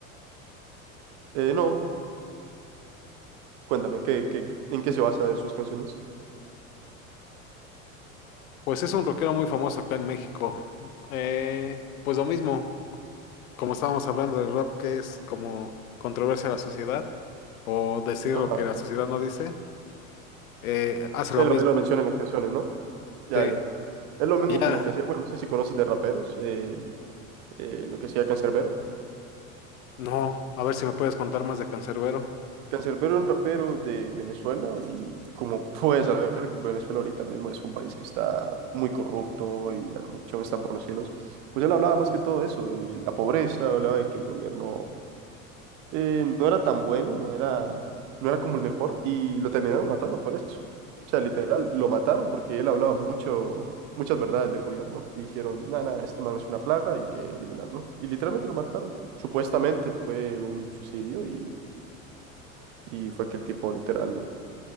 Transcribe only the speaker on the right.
Eh, no, cuéntame, ¿qué, qué, en qué se basa en sus canciones?
Ajá,
él,
lo- él lo menciona en las canciones, ¿no? Ya,
ya. Es lo mismo
como que hacía, bueno, no sé si conoces de raperos, eh, eh, lo que hacía Canserbero
Canserbero es un rapero de Venezuela y como puedes saber, Venezuela ahorita mismo es un país que está muy corrupto y la corrupción está por los cielos. Pues él hablaba más que todo eso, de la pobreza, hablaba de que el gobierno eh, no era tan bueno, no era, no era como el mejor y lo terminaron matando por eso. O sea, literal, lo mataron porque él hablaba mucho, muchas verdades del gobierno y dijeron, nada, nada, este man es una plaga, hay que eliminarlo. Y literalmente lo mataron. Supuestamente fue un suicidio y... Y fue que el tipo literal